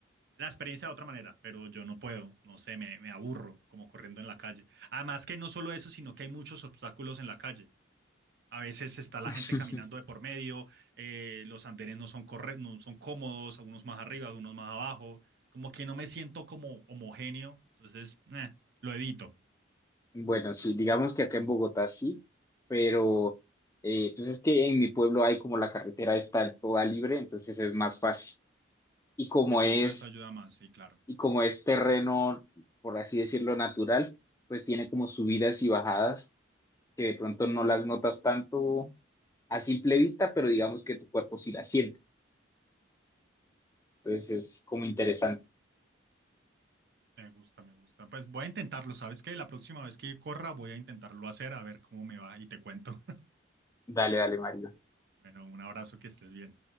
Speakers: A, on the right (about 55°); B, on the left (about 15°).
A: la experiencia de otra manera, pero yo no puedo, no sé, me, me aburro como corriendo en la calle. Además que no solo eso, sino que hay muchos obstáculos en la calle. A veces está la
B: <laughs>
A: gente caminando de por medio, eh, los andenes no son, corre no son cómodos, algunos más arriba, algunos más abajo, como que no me siento como homogéneo, entonces eh, lo evito.
B: Bueno, sí, digamos que acá en Bogotá sí, pero eh, pues es que en mi pueblo hay como la carretera está toda libre, entonces es más fácil. Y como
A: De pronto
B: es,
A: eso ayuda más, sí, claro.
B: y como es terreno, por así decirlo, natural, pues tiene como subidas y bajadas que de pronto no las notas tanto a simple vista, pero digamos que tu cuerpo sí la siente. Entonces es como interesante.
A: Me gusta, me gusta. Pues voy a intentarlo, ¿sabes qué? La próxima vez que corra voy a intentarlo hacer, a ver cómo me va y te cuento.
B: Dale, dale, Mario.
A: Bueno, un abrazo, que estés bien.